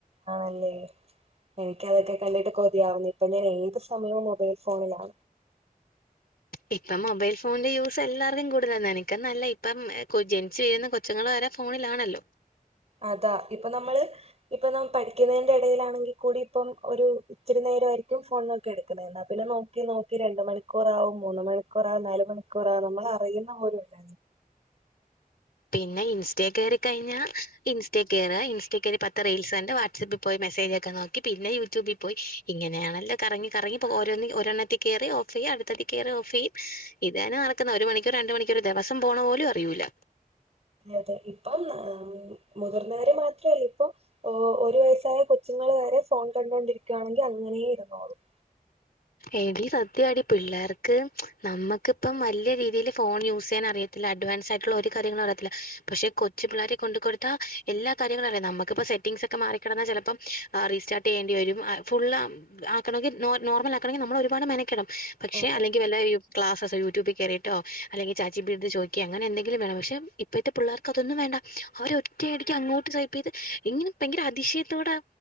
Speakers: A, on the right; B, on the left.
A: ആണല്ലേ എനിക്കതൊക്കെ കണ്ടിട്ട് കൊതിയാവുന്നു ഇപ്പൊ ഞാൻ ഏത് സമയവും മൊബൈൽ ഫോണിലാ
B: ഇപ്പം മൊബൈൽ ഫോണിന്റെ യൂസ് എല്ലാവർക്കും കൂടുതലാണ് നിനക്ക്ന്നല്ലെ ഇപ്പം ജനിച്ച് വീഴുന്ന കൊ ച്ചുങ്ങള് വരെ ഫോണിലാണല്ലോ
A: അതാ ഇപ്പൊ നമ്മള് ഇപ്പൊ നമ്മ പഠിക്കുന്നതിന്റെ എടലാണെങ്കിൽ കൂടി ഇപ്പം ഒരു ഇത്തിരി നേരായിരിക്കും ഫോണിനൊക്കെ എടുക്കുന്നെ എന്നാ പിന്നെ നോ ക്കി നോക്കി രണ്ട് മണിക്കൂറാവും മൂന്ന് മണിക്കൂർ ആവും നാല് മണിക്കൂറാവും നമ്മൾ അറിയുന്ന പോലും ഇല്ല
B: പിന്നെ ഇൻസ്റ്റെ കയറി കഴിഞ്ഞാൽ ഇൻസ്റ്റ കയറ ഇൻസ്റ്റ കയറി പത്ത് റീൽസ് ഉണ്ട് വാട്സ്ആപ്പ് പോയി മെസ്സേജ് ഒക്കെ നോക്കി പിന്നെ യൂട്യൂബിൽ പോയി ഇങ്ങനെയാണല്ലോ കറങ്ങി കറങ്ങി ഇപ്പോ ഓരോ ഒരെണ്ണത്തി കയറി ചെയ്യ അടുത്തടി കേറാ ഓഫ് ചെയ്യും ഇതന്നെ നടക്കുന്ന ഒരു മണിക്കൂർ രണ്ട് മണിക്കൂർ ദിവസം പോണ പോലും അറിയൂല്ല
A: അതെ ഇപ്പം മുതിർന്നവര് മാത്രല്ല ഇപ്പം ഓഹ് ഒരു വയസ്സായ കൊച്ചുങ്ങള് വരെ ഫോൺ കണ്ടോണ്ടിരിക്കുകയാണെങ്കി അങ്ങനെ ഇരുന്നോളൂം
B: എടി സത്യവാടി പിള്ളേർക്ക് നമ്മുക്കിപ്പം വലിയ രീതിയിൽ ഫോൺ യൂസ് ചെയ്യാൻ അറിയ ത്തില്ല അഡ്വാൻസ് ആയിട്ടുള്ള ഒരു കാര്യങ്ങളും അറിയത്തില്ല പക്ഷെ കൊച്ചു പിള്ളേരെ കൊണ്ട് കൊടുത്ത എല്ലാ കാര്യങ്ങളും അറിയാം നമുക്കിപ്പോ സെ സെറ്റിംഗ്സ് ഒക്കെ മാറി കെടന്ന ചെലപ്പം റീസ്റ്റാർട്ട് ചെയ്യേണ്ടിവരും ഫുൾ ആക്കണങ്കിൽ നോർമൽ ആക്ക ക്കണെങ്കി നമ്മള് ഒരുപാട് മെനക്കെടും പക്ഷെ
A: അതെ
B: അല്ലെങ്കിൽ വല്ല ക്ലാസ്സ്സ് യൂടൂബിൽ കയറിട്ടോ അലെങ്കി ചാറ്റജീപിറ്റിടോ ചോദിക്കിയോ അങ്ങനെ എന്തെങ്കിലും വേണം പക്ഷെ ഇ പ്പോത്തെ പിള്ളേർക്ക് അതൊന്നും വേണ്ട അവര് ഒറ്റയടിക്ക് അങ്ങോട്ട് ടൈപ്പ് ചെയ്ത് ഇങ്ങനെ ഭയങ്കര അതിശയത്തോടെ